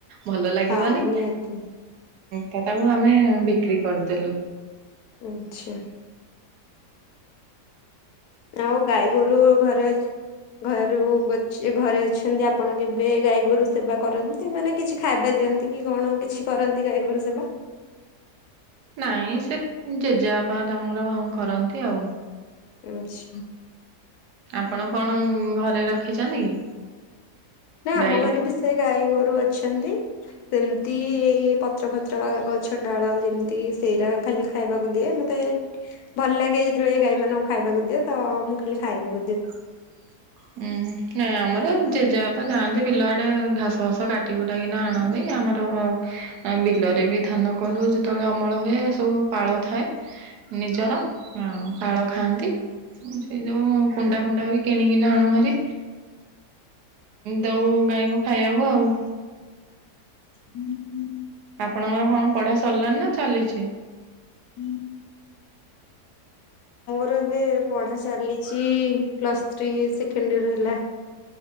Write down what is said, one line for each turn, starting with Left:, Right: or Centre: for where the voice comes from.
Right: ଭଲ ଲାଗିବନି,
Left: ହଁ ନିହାତି।
Right: ତ ତାକୁ ଆମେ ବିକ୍ରି କରିଦେଲୁ।
Left: ଆଚ୍ଛା। ଆଉ ଗାଈ ଗୋରୁ ଘରେ ଅ ଘରୁ ଘରେ ଅଛନ୍ତି ଆପ ଆପଣ କେବେ ଗାଈ ଗୋରୁ ସେବା କରନ୍ତି, ମାନ କିଛି ଖାଇବା ଦିଅନ୍ତି କି କଣ କିଛି କରନ୍ତି ଗାଈଗୋରୁ ସେବା?
Right: ନାଇଁ ସେ ଜେଜେବାବା ତାଙ୍କର କରନ୍ତି ଆଉ।
Left: ଆଛା।
Right: ଆପଣ କଣ ଘରେ, ରଖିଛନ୍ତି କି?
Left: ନା ଆମ
Right: ଗାଈର
Left: ଘରେ ବି, ସେ ଗାଈ ଗୋରୁ ଅଛନ୍ତି। ସେମିତି ଏଇ ପତ୍ର ଫତ୍ର ଗଛ ଡାଳ ଯେମିତି ସେଇରା ଖାଲି ଖାଇବାକୁ ଦିଏ ମତେ ଏ ଭଲ ଲାଗେ ଯେତେବେଳେ ଏ ଗାଈ ମାନଙ୍କୁ ଖାଇବାକୁ ଦିଅ ତ ମୁଁ ଖାଲି ଖାଇବାକୁ ଦିଏ।
Right: <inaudible> ହୁଁ, ନାଇଁ ଆମର ଜେଜେବାପା ଯାଆନ୍ତି ବିଲ ଆଡେ ଘାସ ଫାସ କାଟି କୁଟାକିନା ଆଣନ୍ତି। ଆମର, ବିଲରେ ବି ଧାନ କରୁ ଯେତେବେଳେ ଅମଳ ହୁଏ ସବୁ ପାଳ ଥାଏ। ନିଜର, ହୁଁ, ପାଳ ଖାଆନ୍ତି ସେ ଯୋଉ କୁଣ୍ଡା ଫୁଣ୍ଡା ବି କିଣିକିନା ଆଣୁ ଭାରି ଦଉ ଗାଈଙ୍କୁ ଖାଇବାକୁ ଆଉ।
Left: ହୁଁ ହୁଁ।
Right: ଆପଣଙ୍କର କଣ ପଢା ସରିଲାଣି ନା ଚାଲିଛି।
Left: ହୁଁ। ର ଏବେ ପଢା ଚାଲିଛି ପ୍ଲସଥ୍ରୀ ସେକେଣ୍ଡ ଇୟର ହେଲା।